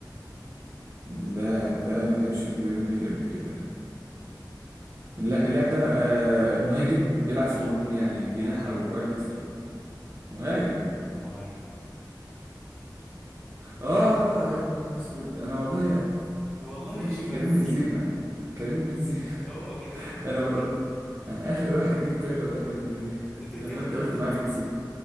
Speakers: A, on the right; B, in the centre.
A: اللاعب ده ما لعبش في البيم ليج قبل كده اللا- اللاعب ده آه مهاجم بيلعب في الهجوم
B: مه...
A: يعني جناح
B: مهاجم
A: او قلب دفاع مهاجم
B: مهاجم
A: اه يا نهار اسود انا والله
B: والله
A: ماشي
B: ايه
A: كريم
B: بس
A: بنزيما كريم بنزيما
B: <laughs> هو
A: <laughs>
B: كريم بنزيما
A: انا ور... انا اخر واحد جه في بالي والله كريم بنزيما
B: انت
A: <laughs>
B: بتتكلم
A: لما انت
B: جد
A: قلت معاه جنسي